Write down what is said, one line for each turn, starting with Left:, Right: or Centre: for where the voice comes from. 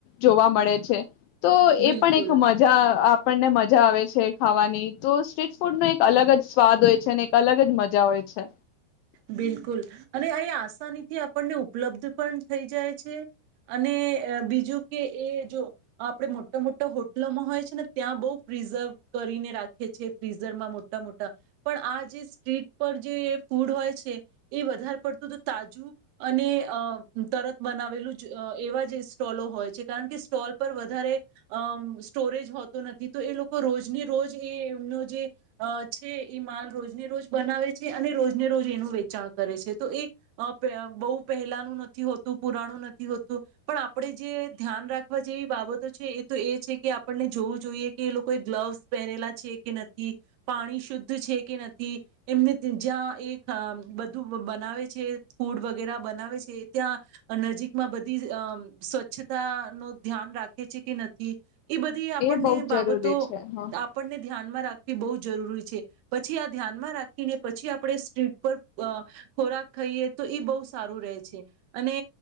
Left: જોવા મળે છે. તો
Right: બિલકુલ
Left: એ પણ એક મજા આ આપણને મજા આવે છે ખાવાની. તો સ્ટ્રીટ ફૂડ નો એક અલગ જ સ્વાદ હોય છે, અને એક અલગ જ મજા હોય છે.
Right: બિલકુલ અને એ આસાનીથી આપણને ઉપલબ્ધ પણ થઈ જાય છે. અને અહ બીજું કે એ જો આપણે મોટો મોટો હોટલોમાં હોય છે ને ત્યાં બહુ પ્રિઝર્વ કરીને રાખે છે ફિઝરમાં મોટા-મોટા. પણ આ જે સ્ટ્રીટ પર જે ફૂડ હોય છે એ વધારે પડતું તો તાજું અને અહ તરત બનાવેલું જ અહ એવા જે સ્ટોલો હોય છે. કારણ કે સ્ટોલ પર વધારે અહ સ્ટોરેજ હોતો નથી તો એ લોકો રોજને રોજ એમનો જે છે અહ એ માલ રોજને રોજ બનાવે છે અને રોજ ને રોજ એનું વેચાણ કરે છે. તો એ અહ પે બહુ પહેલાનું નથી હોતું પુરાણું નથી હોતું પણ આપણે જે ધ્યાન રાખવા જેવી બાબતો છે એ તો એ છે કે આપણને જોવું જોઈએ કે એ લોકોએ ગ્લવ્સ પહેરેલા છે કે નથી. પાણી શુદ્ધ છે કે નથી. એમને જ્યાં એક આમ બધું બનાવે છે ફૂડ વગેરા બનાવે છે ત્યાં નજીકમાં બધી અમ્મ સ્વચ્છતા નું ધ્યાન રાખે છે કે નથી એ બધી આપણને
Left: એ બહુ જ
Right: બાબતો
Left: જરૂરી છે હા
Right: આપણને ધ્યાનમાં રાખ એ બહુ જ જરૂરી છે પછી આ ધ્યાનમાં રાખીને પછી આપણે સ્ટ્રીટ પર અહ ખોરાક ખાઈએ તો એ બહુ સારું રહે છે. અને